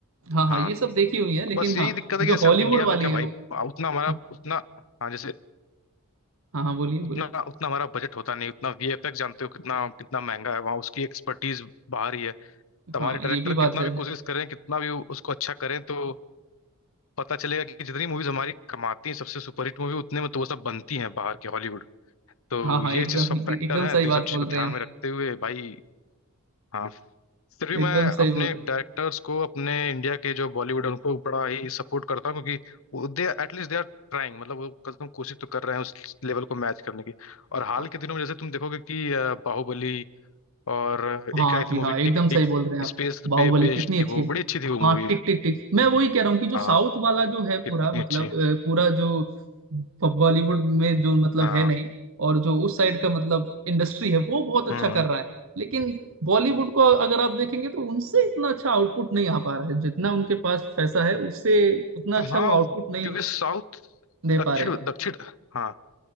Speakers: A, on the right (about 65°); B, on the left (about 65°).
A: हाँ हाँ
B: हाँ
A: ये सब देखी हुई है लेकिन
B: बस यही
A: हाँ
B: दिक्कत है
A: जो
B: कि जैसे
A: हॉलीवुड
B: अब इंडिया
A: वाली
B: में क्या
A: है
B: भाई
A: वो
B: उतना हमारा
A: हाँ
B: उतना हाँ जैसे
A: हाँ हाँ बोलिए बोलिए
B: उतना उतना हमारा बजट होता नहीं उतना वीएफएक्स जानते हो कितना कितना महंगा है वहाँ उसकी एक्सपर्टीज बाहर ही है तो
A: हाँ
B: हमारे डायरेक्टर
A: ये भी बात
B: कितना
A: जो
B: भी
A: है
B: कोशिश करें कितना भी उसको अच्छा करें तो पता चलेगा कि जितनी मूवीज हमारी कमाती हैं सबसे सुपरहिट मूवी उतने में तो वो सब बनती हैं बाहर के हॉलीवुड तो
A: हाँ हाँ
B: ये
A: एकदम
B: चीज सब
A: एकदम
B: फैक्टर है
A: सही
B: तो
A: बात
B: ये सब चीज
A: बोल
B: को
A: रहे
B: ध्यान
A: हैं आप
B: में रखते हुए भाई हाँ फिर भी मैं
A: एकदम सही
B: अपने
A: बोल रहे
B: डायरेक्टर्स को अपने इंडिया के जो बॉलीवुड है उनको बड़ा ही सपोर्ट करता हूँ क्योंकि they at least they are trying मतलब वो कम से कम कोशिश तो कर रहे हैं उस लेवल को मैच करने की और हाल
A: हैं
B: के दिनों में जैसे तुम देखोगे कि अ, बाहुबली और
A: हाँ
B: एक
A: हाँ
B: आई
A: जी
B: थी मूवी
A: हाँ एकदम
B: टिक
A: सही
B: टिक
A: बोल रहे हैं आप
B: स्पेस
A: बाहुबली
B: पे बेस्ड
A: कितनी अच्छी
B: थी वो
A: है
B: बड़ी अच्छी थी वो
A: हाँ
B: मूवी
A: टिक टिक टिक मैं वही कह रहा हूँ कि जो
B: हाँ
A: साउथ वाला जो है पूरा
B: कितनी
A: मतलब
B: अच्छी
A: अ, पूरा जो बॉलीवुड में जो मतलब
B: हाँ
A: है नहीं और जो उस साइड का मतलब इंडस्ट्री है वो बहुत अच्छा
B: हम्म
A: कर रहा है लेकिन बॉलीवुड को अगर आप देखेंगे तो उनसे इतना अच्छा आउटपुट नहीं आ पा रहा है जितना उनके पास पैसा है उससे उतना
B: हाँ
A: अच्छा वो आउटपुट नहीं
B: क्योंकि साउथ
A: दे
B: दक्षिण
A: पा रहे हैं
B: दक्षिण हाँ